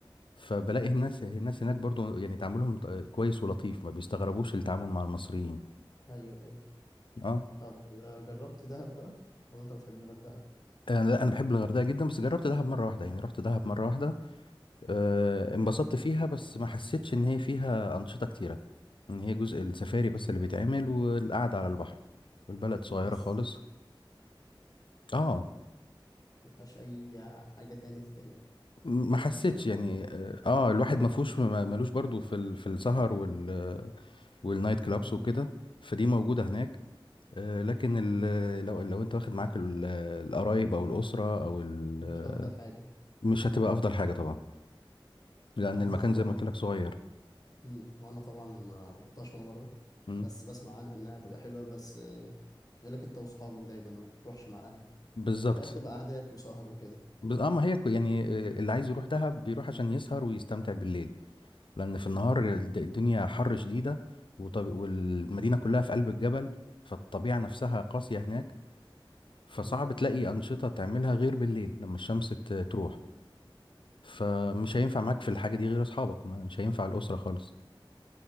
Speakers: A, on the left; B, on the left.
A: فبلاقي الناس الناس هناك برضو يعني تعاملهم ط- كويس ولطيف ما بيستغربوش التعامل مع المصريين
B: أيوه أيوه
A: اه
B: طب آه جربت دهب بقى طب أنت بتحب الغردقة
A: انا لا، انا بحب الغردقه جدا بس جربت دهب مره واحده يعني رحت دهب مره واحده آه، انبسطت فيها بس ما حسيتش ان هي فيها انشطه كتيره ان هي جزء السفاري بس اللي بيتعمل والقعده على البحر والبلد صغيره
B: بس
A: خالص اه
B: ما فيهاش أي حاجة تاني تتعمل
A: م- ما حسيتش
B: بس لا،
A: يعني اه آه، الواحد ما فيهوش ما- ملوش برضو في ال- في السهر وال والنايت كلابس
B: مم.
A: وكده فدي موجوده هناك آه، لكن ال- لو لو انت واخد معاك ال- القرايب او الاسره او ال-
B: مش أفضل حاجة
A: مش هتبقى افضل حاجه طبعا لان
B: هو
A: المكان
B: أنا طبعا
A: زي ما قلت لك صغير
B: مم. وانا طبعا ما رحتهاش ولا مره
A: مم.
B: بس بسمع عنها انها تبقى حلوه بس آه، يقول لك انت واصحابك دايما ما تروحش مع اهل
A: بالظبط
B: مش عارف تبقى قعدات وسهر وكده
A: بس اه ما هي كو- يعني آه، اللي عايز يروح دهب بيروح عشان يسهر ويستمتع بالليل لان في
B: مم.
A: النهار الد- الدنيا حر شديده وطب... والمدينه كلها في قلب الجبل فالطبيعه نفسها قاسيه هناك فصعب
B: مم.
A: تلاقي انشطه تعملها غير بالليل لما الشمس ت- تروح فمش هينفع معاك في الحاجه دي غير اصحابك مش هينفع الاسره خالص